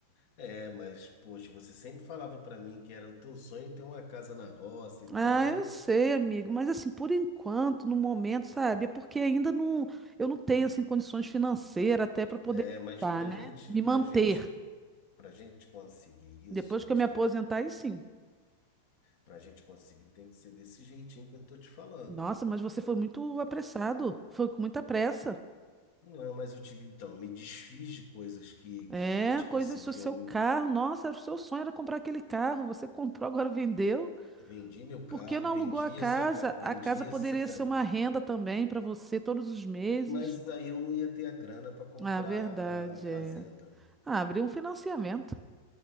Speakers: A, on the left; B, on the right.
A: É, mas poxa, você sempre falava para mim que era o teu sonho ter uma casa na roça e tal.
B: Ah, eu sei, amigo, mas assim, por enquanto, no momento, sabe? É porque ainda não, eu não tenho assim condições financeiras até para poder,
A: É, mas
B: tá,
A: pra
B: né?
A: gente,
B: Me
A: pra
B: manter.
A: gente, pra gente conseguir isso,
B: Depois
A: a gente
B: que eu me aposentar,
A: tem que,
B: aí sim.
A: pra gente conseguir tem que ser desse jeitinho que eu tô te falando.
B: Nossa, mas você foi muito apressado. Foi com muita pressa.
A: Não, mas eu tive, então, me desfiz de coisas que,
B: É,
A: que, tipo
B: coisas
A: assim,
B: do
A: que
B: seu
A: eu
B: carro. Nossa, era o seu sonho era comprar aquele carro. Você <laughs> comprou, agora vendeu.
A: vendi meu carro,
B: Por que não
A: vendi
B: alugou a casa?
A: essa, ca- vendi
B: A casa
A: essa,
B: poderia
A: ca-
B: ser uma renda também para você todos os meses.
A: mas aí eu não ia ter a grana para comprar
B: Ah, verdade,
A: a, a fazenda.
B: é. Ah, abriu um financiamento